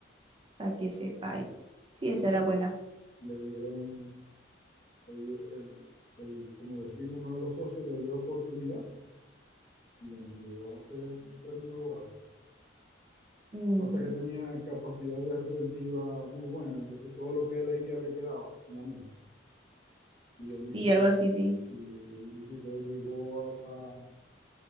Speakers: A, on the right; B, on the left.
A: Para que sepa. ahí. Sí,
B: Y
A: esa
B: bueno,
A: era buena.
B: le dieron, le dio el, el, como decir, uno de los socios le dio la oportunidad y bueno, llegó a ser un tremendo abogado.
A: Mm,
B: Pasa que tenía capacidad de retentiva muy buena, entonces todo lo que él leía le quedaba en la mente. Y él dice
A: Y
B: que,
A: algo así vi.
B: sí, él dice que llegó a, a